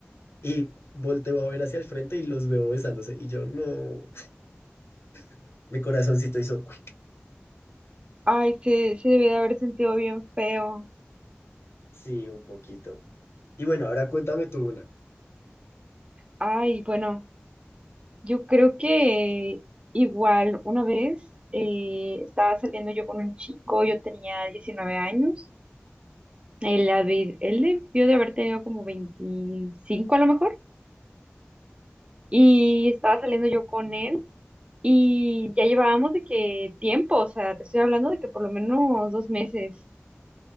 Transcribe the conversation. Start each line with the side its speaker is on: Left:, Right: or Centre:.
Left: y volteo a ver hacia el frente y los veo besándose y yo no, <laughs> mi corazoncito hizo cuic.
Right: Ay, se, se debe de haber sentido bien feo.
Left: Sí, un poquito. Y bueno, ahora cuéntame tú una.
Right: Ay, bueno, yo creo que igual una vez eh, estaba saliendo yo con un chico, yo tenía 19 años. Él, habi- él debió de haber tenido como 25 a lo mejor. Y estaba saliendo yo con él y ya llevábamos de que tiempo, o sea, te estoy hablando de que por lo menos dos meses.